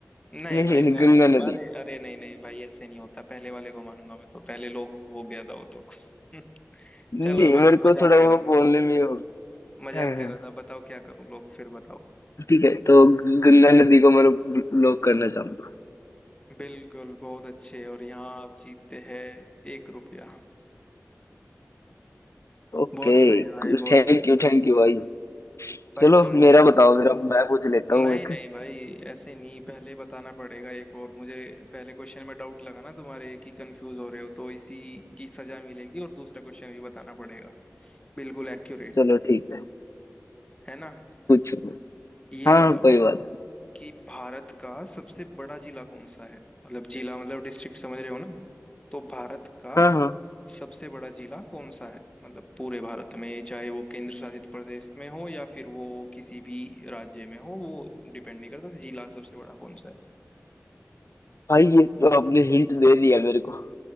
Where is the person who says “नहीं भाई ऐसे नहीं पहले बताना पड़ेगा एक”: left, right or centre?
Left